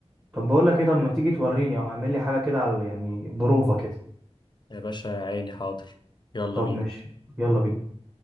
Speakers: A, on the right; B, on the left.
A: طب بقول لك ايه طب ما تيجي توريني او اعمل لي حاجه كده على يعني بروفه كده
B: يا باشا يا عيني حاضر يلا
A: طب
B: بينا
A: ماشي يلا بينا